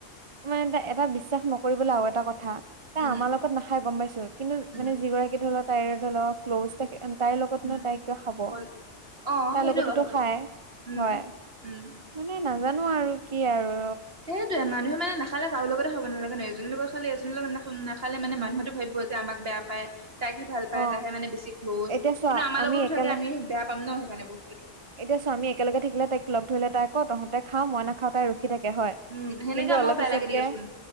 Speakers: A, on the right; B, on the right.
A: মানে এটা বিশ্বাস নকৰিবলৈ আৰু এটা কথা তাই
B: উম
A: আমাৰ লগত নাখাই গম পাইছ, কিন্তু
B: উম
A: মানে যিগৰাকী ধৰি লক তাইৰ ধৰি লক ক্ল'জ থাকে তাইৰ লগতনো
B: উম
A: তাই কিয় খাব,
B: কল অ
A: তাই
B: সেইটোৱে
A: লগততো
B: কথাটো
A: খায়।
B: উম
A: হয়
B: উম।
A: মানে নাজানো আৰু কি আৰু
B: সেইয়ে মানুহে মেখে কাৰ লগতে হ'ব নালাগে ন এজনী লগ খাল এী লগত না নাখালে মানে
A: উম
B: মানুহেতো ভাবিব যে আমাক বেয়া পায়। তাইকি ভাল পায়
A: অ
B: তাহে মানে বেছি ক্ল'জ
A: এতিয়া চোৱা
B: কিন্তু আমাৰ
A: আমি
B: লগতো
A: একেলগ
B: থাকে আমি বেয়া পাম ন সেইকাৰণে বস্তুতটো।
A: এতিয়া স্বামী একেলগে থাকিলে তাইক লগ ধৰিলে তাই আকৌ তহঁতে খা মই নাখাও তাই ৰখি থাকে হয়।
B: উম সেনেকে
A: কিন্তু
B: আমাৰো
A: অলপ
B: বেয়া
A: পিছতকে
B: লাগে দিয়চোন।